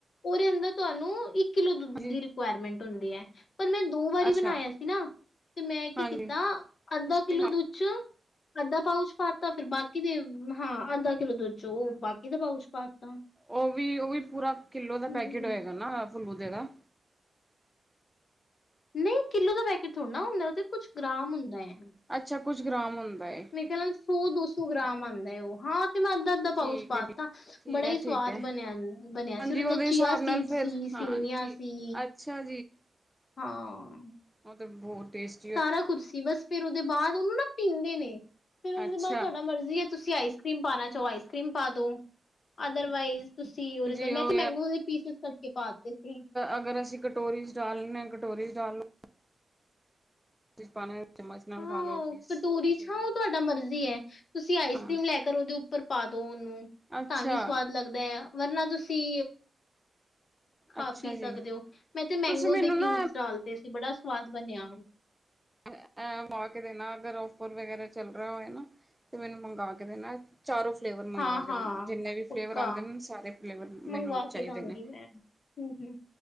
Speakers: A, on the left; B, in the centre.
A: ਉਦੇ ਅੰਦਰ ਤੁਹਾਨੂੰ ਇੱਕ ਕਿਲੋ ਦੁੱਧ
B: ਜੀ
A: ਦੀ ਏਕੁਆਰਮੇਂਟ ਹੁੰਦੀ ਹੈ ਪਰ ਮੈਂ ਦੋ ਵਾਰੀ
B: ਅੱਛਾ
A: ਬਣਾਇਆ ਸੀ ਨਾ ਤੇ ਮੈਂ
B: ਹਾਂਜੀ
A: ਕੀ ਕੀਤਾ ਅੱਧਾ
B: ਤੁਸੀਂ
A: ਕਿੱਲੋ ਦੁੱਧ 'ਚ ਅੱਧਾ ਪਾਊਚ ਪਾਤਾ ਫਿਰ ਬਾਕੀ ਦੇ ਹਾਂ ਅੱਧਾ ਕਿਲੋ ਦੁੱਧ 'ਚ। ਤੋਂ ਓ ਬਾਕੀ ਦਾ ਪਾਊਚ ਪਾਤਾ
B: ਓ ਵੀ-ਓ ਵੀ ਪੂਰਾ ਕਿੱਲੋ ਦਾ
A: ਹਮ
B: ਪੈਕੇਟ ਹੋਏਗਾ ਨਾ ਫੂਲਦੇ ਦਾ
A: ਨਈ ਕਿੱਲੋ ਦਾ ਪੈਕੇਟ ਥੋੜਾ ਨਾ ਹੁੰਦਾ ਓ ਤੇ ਕੁਛ ਗ੍ਰਾਮ ਹੁੰਦਾ ਏ।
B: ਅੱਛਾ ਕੁੱਛ ਗ੍ਰਾਮ ਹੁੰਦਾ ਏ।
A: ਮੈਂ ਕਹਿਣਾ ਸੌ ਦੋ ਸੌ ਗ੍ਰਾਮ ਆਂਦਾ ਓ ਹਾਂ ਤੇ ਮੈਂ ਅੱਧਾ
B: ਠੀਕ
A: ਪਾਊਚ ਪਾਤਾ
B: ਹੈ
A: ਦਿੱਤਾ
B: ਠੀਕ
A: ਬੜਾ
B: ਹੈ
A: ਹੀ ਸਵਾਦ
B: ਠੀਕ ਹੈ
A: ਬਣਿਆ ਬਣਿਆ
B: ਹਾਂਜੀ
A: ਸੀ
B: ਉਹਦੇ
A: ਚੀਆ
B: ਹਿਸਾਬ ਨਾਲ
A: ਸੀਡ
B: ਫਿਰ
A: ਸੀ
B: ਹਾਂ
A: ਸੇਵੀਆਂ
B: ਠੀਕ
A: ਸੀ
B: ਅੱਛਾ
A: ਹਾਂ
B: ਓ ਤੇ ਬਹੁਤ ਟੇਸਟ
A: ਸਾਰਾ ਕੁੱਛ ਸੀ ਬਸ ਫੇਰ ਉਦੇ ਬਾਅਦ ਉਨੂੰ ਨਾ ਪੀਂਦੇ ਨੇ ਫੇਰ ਉਦੇ
B: ਅੱਛਾ
A: ਬਾਦ ਤੁਹਾਡਾ ਮਰਜ਼ੀ ਹੈ ਤੁਸੀਂ ਆਈਸ ਕਰ੍ਰੀਮ ਪਾਣਾ ਚਾਹੋ ਆਈਸ ਕਰ੍ਰੀਮ ਪਾ ਦੋ ਅਦਰਵਾਈਜ਼ ਤੁਸੀਂ ਉਦੇ
B: ਜੀ
A: ਅੰਦਰ
B: ਉਹ
A: ਮੈਂ ਤੇ ਮੈਂਗੋ ਦੇ ਪੀਸੀਸ ਕੱਟਕੇ ਪਾਤੇ ਸੀ।
B: ਅਗਰ ਅਸੀਂ ਕਟੋਰੀ 'ਚ ਡਾਲਣੇ ਨੇ ਕਟੋਰੀ 'ਚ ਡਾਲ ਲੋ <unintelligible> ਨਾਲ
A: ਹਾਂ
B: ਖਾ ਲੋ
A: ਓ
B: ਪੀਸ
A: ਕਟੋਰੀ
B: ਐਸੇ
A: ਚ'
B: ਹੀ
A: ਨਾ
B: ਹੁੰਦੇ
A: ਓ ਤੁਹਾਡਾ ਮਰਜ਼ੀ ਹੈ। ਤੁਸੀਂ ਆਈਸਕ੍ਰੀਮ
B: ਹਾਂ
A: ਲੈ ਕਰ ਉਦੇ ਉੱਪਰ ਪਾ ਦੋ ਉਨੂੰ
B: ਅੱਛਾ
A: ਤਾਂ ਵੀ ਸਵਾਦ ਲੱਗਦਾ ਆ। ਵਰਨਾ ਤੁਸੀਂ ਖਾ-ਪੀ
B: ਅੱਛਾ ਜੀ
A: ਸਕਦੇ ਹੋ ਮੈਂ ਤੇ ਮੈਂਗੋ
B: ਤੁਸੀਂ ਮੈਨੂੰ
A: ਦੇ ਕਿਊਬਸ
B: ਨਾ
A: ਡਾਲਤੇ ਸੀ ਬੜਾ ਸਵਾਦ ਬਣਿਆ ਓ
B: <inaudible> ਐ ਮੰਗਾ ਕੇ ਦੇਣਾ ਅਗਰ ਔਫਰ ਵਗੈਰਾ ਚੱਲ ਰਿਹਾ ਹੋਏ ਨਾ ਤੇ ਮੈਨੂੰ ਮੰਗਵਾ ਕੇ ਦੇਣਾ ਚਾਰੋਂ ਫਲੇਵਰ ਮੰਗਵਾ
A: ਹਾਂ
B: ਕੇ
A: ਹਾਂ
B: ਦੇਣਾ ਜਿਨੇ ਵੀ
A: ਪੱਕਾ
B: ਫਲੇਵਰ ਆਂਦੇ ਨੇ ਨਾ ਸਾਰੇ ਫਲੇਵਰ
A: ਮੰਗਵਾ
B: ਮੈਨੂੰ ਚਾਹੀਦੇ
A: ਕੇ ਦਾਂਗੀ
B: ਨੇ
A: ਮੈਂ ਹੂੰ-ਹੂੰ